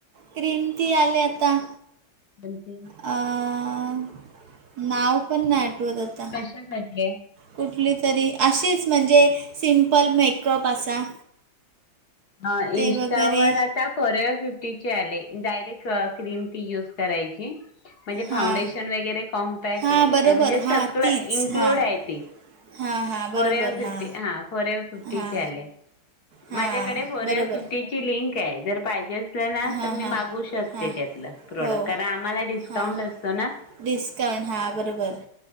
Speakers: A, on the right (about 55°); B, on the left (about 55°).
A: क्रीम ती आली आता
B: म्हणजे?
A: अं... नाव पण नाही आठवत आता.
B: कशासाठी आहे?
A: कुठली तरी, अशीच म्हणजे सिंपल मेकअप असा
B: हा.
A: ते
B: इंस्टावर
A: वगैरे
B: आता फॉर युवर फिफ्टीचे आले, डायरेक् क्ट, क्रीम ती यूज करायची आहे. म्हणजे
A: हां
B: फाउंडेशन वगैरे कॉम्पॅक्ट
A: हां
B: इ
A: बरोबर
B: म्हणजे
A: हां
B: सगळंं
A: तीच
B: इन्क्लूड
A: हां
B: आहे ती.
A: हां हां बरोबर
B: फॉरेवर फिफ्टी,
A: हां
B: हा. फॉरेवर फिफ्टीची
A: हां
B: आलीय.
A: हां
B: माझ्या कडे फॉर
A: बरोबर
B: युवर फिफ्टी ची लिंक आहे. जर पाहिजेच असेल असलं ना?
A: हां
B: तर मी
A: हां
B: मागवू शकते
A: हां
B: त्यातलं, प्रोडक्ट.
A: हो
B: कारण आम्हाला डिस्काउंट
A: हां
B: असतो ना.
A: डिस्काउंट, हा बरोबर.